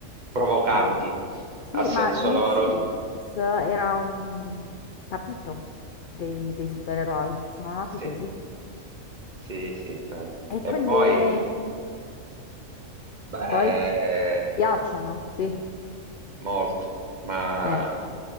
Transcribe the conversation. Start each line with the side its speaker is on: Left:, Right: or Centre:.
Right: provocanti,
Left: Era un... Sì,
Right: a senso
Left: ma Gene
Right: loro.
Left: Simmons era un patito dei, dei supereroi, sono nati
Right: Sì,
Left: così.
Right: sì, sì, bello.
Left: E
Right: E
Left: quindi,
Right: poi...
Left: eh,
Right: Beh,
Left: poi piacciono, sì.
Right: molto, ma
Left: Eh,